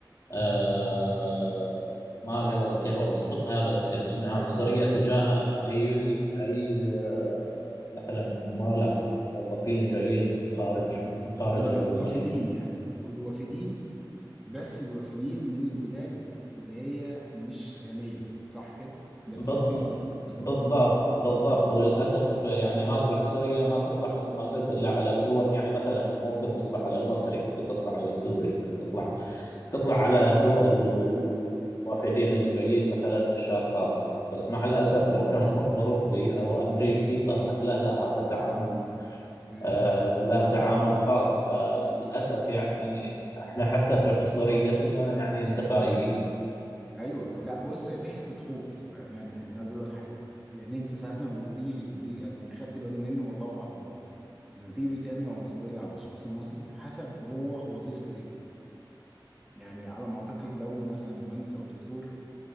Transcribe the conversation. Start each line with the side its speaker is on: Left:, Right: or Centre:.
Left: آه ما ادري والله كيف اوصفها بس يعني انها عنصريه تجاه اي اي آه، مثلا عمال او موظفين جايين من خارج
Centre: آه تمام
Left: من خارج
Centre: ال- الوافدين
Left: دول الخليج
Centre: يعني الف- الوافدين بس الوافدين من البلاد اللي هي مش غنية صح كده؟ ده
Left: بالض-
Centre: التفصيل المظبوط
Left: بالضبط بالضبط وللاسف يعني هذه العنصريه ما تطلع مثل ما قلت الا على الدول يعني مثلا ممكن تطلع على المصري ممكن تطلع على السوري ممكن تطلع تطلع على الدول ال- ال- الوافدين اللي جايين مثلا من شرق اسيا بس مع الاسف لو كان <laughs> اوروبي او امريكي طبعا لا لا هذا تعامل
Centre: بالظبط
Left: آه لا تعامل خاص فللاسف يعني احنا حتى في عنصريتنا يعني انتقائيين
Centre: ايوه لا بص هي في حته خوف بامانه يعني عايز اقول لك حاجه يعني انت ساعات لما بتيجي دي اللي انا خدت بالي منه والله اعلم برضه لما تيجي بتعمل عنصريه على شخص مصري حسب هو وظيفته ايه يعني على ما اعتقد لو مثلا مهندس او دكتور